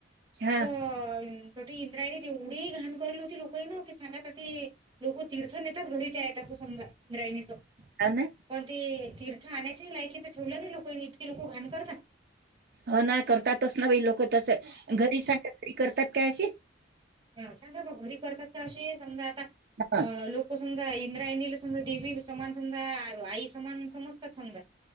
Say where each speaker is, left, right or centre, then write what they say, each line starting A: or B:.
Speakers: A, on the right; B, on the right.
A: हां.
B: तर.. त इंद्राणीत तेवढी घाण करलेली होती लोकां ना की सांगा त लोक तीर्थ नेतात घरी ते आहे त्याच समजा.. <unintelligible>
A: हां ना.
B: कोनती? तीर्थ आणण्याच्याही लायकीचं ठेवलं नाही लोकांनी इतके लोक घाण करतात.
A: ह ना करतातच ना बा लोक तस घरी सांख घरी करतात काय अशी.
B: ह सांगा ब घरी करतात तर अे समजा आता
A: हां,
B: लोक समजा इ ला समजा देवी समान समधा आई समान समजतात समजा..